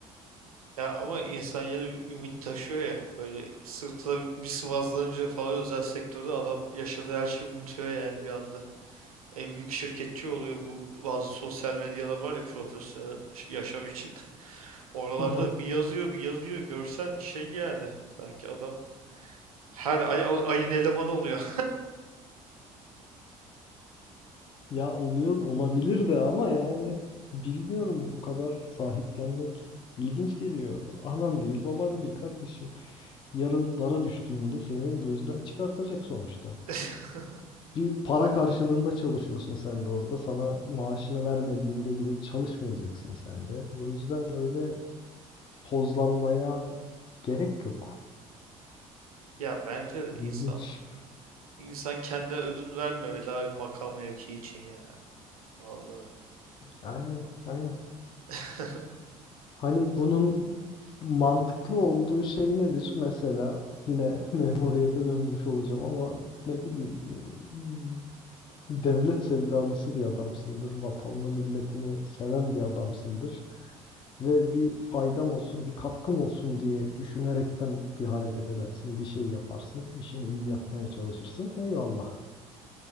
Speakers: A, on the right (about 80°); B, on the left (about 25°).
A: Ya ama insan yine bir ümit taşıyor ya. Böyle sırtına bir sıvazlanınca falan özel sektörde adam yaşadığı her şeyi unutuyor yani bir anda. En büyük şirketçi oluyor bu bazı sosyal medyalar var ya profesyonel ş- yaşam için. <laughs> Oralarda
B: <laughs>
A: bir yazıyor bir yazıyor görsen şey yani sanki adam her ay al- ayın elemanı oluyor.
B: Ya oluyor olabilir de ama yani bilmiyorum bu kadar sahiplenmek ilginç geliyor. Anan değil, baban değil kardeşim. Yarın dara düştüğünde seni gözden çıkartacak sonuçta.
A: <laughs>
B: Bir para karşılığında çalışıyorsun sen de orada. Sana maaşını vermediğinde gidip çalışmayacaksın sen de. O yüzden öyle Tozlanmaya gerek yok.
A: Ya bence de
B: İlginç.
A: insan insan kendi ödün vermemeli abi makam mevki için ya. Vallahi.
B: Aynen, aynen.
A: <laughs>
B: Hani bunun mantıklı olduğu şey nedir? Mesela yine <laughs> memuriyete dönmüş olacağım ama ne bileyim hmm, devlet sevdalısı bir adamsındır. Vatanını, milletini seven bir adamsındır. Ve bir faydam olsun, bir katkım olsun diye düşünerekten bir hareket edersin, bir şey yaparsın, işini iyi yapmaya çalışırsın. Eyvallah.